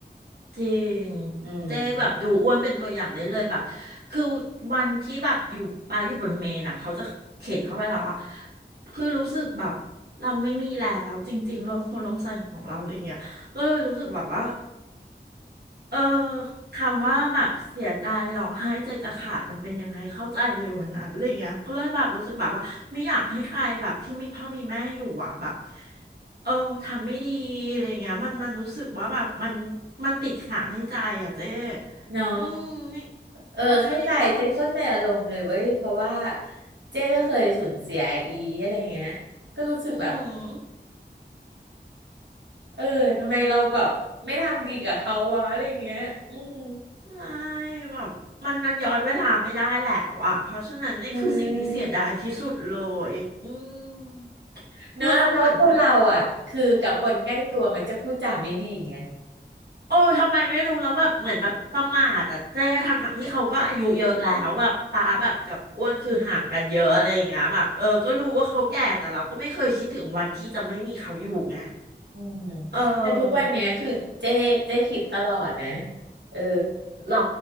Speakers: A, on the right; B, on the right.
A: จริง
B: อืม
A: เจ๊แบบดูอ้วนเป็นตัวอย่างได้เลยแบบคือวันที่แบบอยู่ปาอยู่บนเมนอ่ะเขาจะเข็นเข้าไปแล้วอะคือรู้สึกแบบเราไม่มีแล้วจริงๆลมโพลมใส่ของเราอะไรอย่างเงี้ยก็เลยรู้สึกแบบว่าเออคำว่าแบบเสียใจร้องไห้ใจจะขาดมันเป็นยังไงเข้าใจเลยวันนั้นอะไรเงี้ยก็เลยแบบรู้สึกแบบว่าไม่อยากให้ใครแบบที่มีพ่อมีแม่อยู่อะแบบ เออทำไม่ดีอะไรเงี้ยมันมันรู้สึกว่าแบบมันมันติดขังในใจอ่ะเจ๊
B: เนาะ
A: อืมนี่
B: เออเข้าใจเจ๊เข้าใจอารมณ์เลยเว้ยเพราะว่า
A: ใช่นี่ก็เป็นความรู้สึกที่แบบ
B: เจ๊ก็เคยสูญเสียอีอะไรเงี้ยก็รู้สึกแบบ
A: อืม
B: เออ ทำไมเราแบบไม่ทำดีกับเขาวะอะไรเงี้ยอืม
A: ใช่แบบมันมันย้อนเวลาไม่ได้แล้วอ่ะเพราะฉะนั้นนี่คือสิ่งที่เสียดายที่สุดเลยอืม
B: ใช่
A: พูดเราเหมือนแบบ
B: เนอะแล้วคนเราอ่ะคือกับคนใกล้ตัวมันจะพูดจาไม่ดีไง
A: โอ้ทำไมไม่รู้แล้วแบบเหมือนแบบประมาทอ่ะเจ๊ทั้งทั้งที่เขาก็อายุเยอะแล้วแบบป้าแบบกับอ้วนคือห่างกันเยอะอะไรอย่างเงี้ยแบบเออก็รู้ว่าเขาแก่แต่เราก็ไม่เคยคิดถึงวันที่จะไม่มีเขาอยู่ไง
B: อืม
A: เออ
B: แต่ทุกวันเนี้ยคือเจ๊เจ๊คิดตลอดนะ เออ
A: หรอ